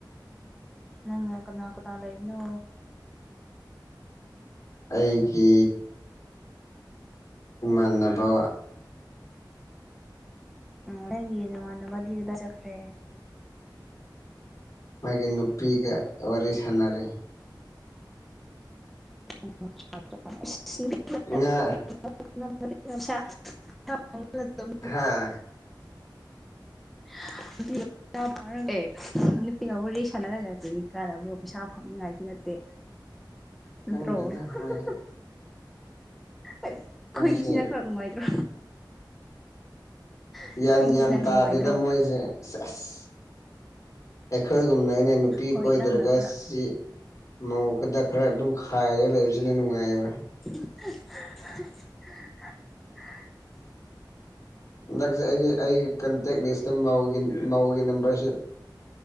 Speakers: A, in the centre; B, on the left.
A: ꯅꯪꯅ ꯀꯅꯥ ꯀꯅꯥ ꯂꯩꯕꯅꯣ
B: <inaudible> ꯑꯩꯒꯤ ꯏꯃꯥꯟꯅꯕ
A: ꯅꯪꯒꯤ ꯅꯃꯥꯟꯅꯕꯗꯤ ꯀꯔꯥꯢ ꯆꯠꯈ꯭ꯔꯦ
B: ꯃꯥꯒꯤ ꯅꯨꯄꯤꯒ ꯋꯥꯔꯤ ꯁꯥꯟꯅꯔꯤ
A: <inaudible>
B: ꯏꯉꯥ
A: ꯀꯔꯤꯅꯣꯃꯦ ꯐꯖꯅꯥ ꯉꯪꯀꯨꯅꯦ ꯐꯒꯤꯔꯣ ꯁꯤꯕꯨ <inaudible>
B: ꯍꯥꯥ
A: ꯍꯥ <inaudible> ꯄꯩꯁꯥ ꯐꯥꯎꯅꯒꯦ ꯅꯨꯄꯤꯒꯕꯨ ꯔꯦ ꯁꯥꯟꯅꯔꯒ ꯀꯗꯤ ꯀꯥꯟꯅꯕ꯭ꯔꯣ ꯄꯩꯁꯥ ꯐꯥꯎꯅꯤꯡꯉꯥꯏꯁꯨ ꯅꯠꯇꯦ ꯅꯠꯇ꯭ꯔꯣ
B: ꯈꯪꯗꯦꯗ
A: ꯍꯥꯍꯥ
B: ꯃꯣꯏꯁꯦ
A: ꯑꯩꯈꯣꯏꯒꯤꯁꯤꯅ
B: ꯃꯣꯏꯁꯦ
A: ꯈꯔ ꯅꯨꯡꯉꯥꯏꯇ꯭ꯔꯣ ꯑꯩꯈꯣꯏꯒꯤꯁꯤꯅ
B: ꯌꯥꯟ ꯌꯥꯝ
A: ꯈꯔ
B: ꯇꯥꯗꯦꯗ
A: ꯅꯨꯡꯉꯥꯏꯇ꯭ꯔꯣ
B: ꯃꯣꯏꯁꯦ ꯁꯦꯁ ꯑꯩꯈꯣꯏꯒꯨꯝꯅꯒꯅꯦ ꯅꯨꯄꯤ
A: ꯍꯣꯏ
B: ꯀꯣꯏꯗ꯭ꯔꯒ
A: ꯅꯪꯅ ꯈꯔ
B: ꯁꯤ ꯃꯧ ꯈꯗ ꯈꯔ ꯑꯗꯨꯝ ꯈꯥꯏꯔꯒ ꯂꯩꯕꯁꯤꯅ ꯅꯨꯡꯉꯥꯏꯑꯕ
A: ꯍꯥꯍꯥꯒ <inaudible>
B: ꯅꯪꯁꯦ ꯑꯩꯒꯤ ꯑꯩꯒꯤ ꯀꯟꯇꯦꯛ ꯂꯤꯁꯇꯒꯤ ꯃꯥꯎꯒꯤ ꯅꯝꯕꯔꯁꯤ